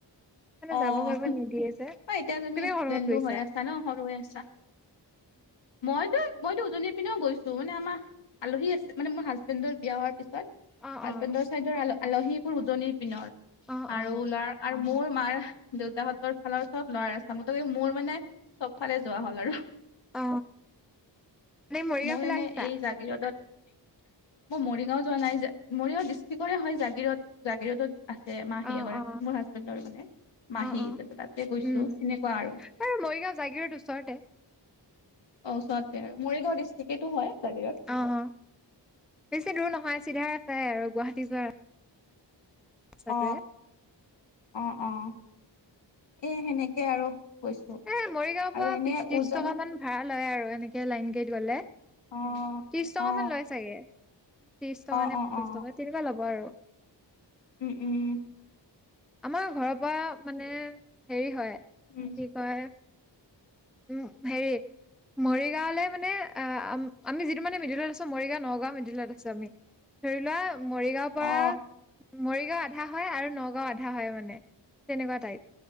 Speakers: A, in the centre; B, on the left.
A: মানে
B: অ'
A: যাব কৰিব নিদিয়ে যে
B: এতিয়া তুমি এক্সিডেণ্টো
A: কৰ লগত গৈছা
B: হৈ আছা ন' সৰু হৈ আছা। মই তোন। মইতো উজনিৰ পিনেও গৈছো, মানে আমাৰ আলহী আছে মানে, মোৰ হাজবেণ্ডৰ বিয়া হোৱাৰ পিছত
A: অ
B: হাজবেণ্ডৰ
A: অ
B: চাইদৰ আলহীবোৰ উজনিৰ পিনৰ
A: অ
B: আৰু
A: অ
B: ল'ৰা আৰু মোৰ মাৰ দেউতাহতৰ ফালৰ চব ল'ৱাৰ এছামৰ, মোৰ মানে চব ফালে যোৱা হ'ল আৰু
A: অ নে মৰিগাঁও
B: মই
A: ফালে
B: এনে
A: আহিছা
B: এই জাগিৰোডত মই মৰিগাঁও যোৱা নাই যে, মৰিগাও ডিষ্ট্ৰিকৰে হয় জাগিৰোড, জাগিৰোডত আছে মাহী
A: অ
B: এগৰাকী
A: অ
B: মোৰ হাজবেণ্ডৰ মানে মাহী
A: অ', -অ'
B: তাতে গৈছো
A: উম
B: সেনেকুৱা আৰু
A: এই মৰিগাঁও, জাগিৰোড ওচৰতে
B: অ' ওচৰতে আৰু মৰিগাঁও ডিষ্ট্ৰিকেটো হয় জাগিৰোড
A: অ', -অ' বেছি দূৰ নহয় চিধা চাই আৰু গুৱাহাটী যোৱা টোৱে
B: অ', -অ', - অ' এ সেনেকে আৰু গৈছো
A: এ মৰিগাঁওৰ
B: আৰু
A: পৰা
B: এনে
A: বিশ, ত্ৰিশ
B: উজনি
A: টকা মান ভাড়া লয় আৰু এনেকে লাইন গাড়ীত গ'লে।
B: অ
A: ত্ৰিশ টকা
B: অ
A: মান লয় চাগে, ত্ৰিশ টকা
B: অ
A: নে
B: অ
A: পঞ্চাশ
B: অ
A: টকা তেনেকুৱা ল'ব আৰু
B: উম, উম উ
A: আমাৰ ঘৰৰ পৰা মানে হেৰি হয় কি
B: উম
A: কয় উম, হেৰি। মৰিগাঁওলৈ মানে আমি যিটো মানে মিডিলত আছো। মৰিগাঁও, নগাঁও মিডিলত আছো আমি। ধৰি ল' মৰিগাঁওৰ
B: অ
A: পৰা মৰিগাঁও আধা হয় আৰু নগাঁও আধা হয় মানে তেনেকুৱা টাইপ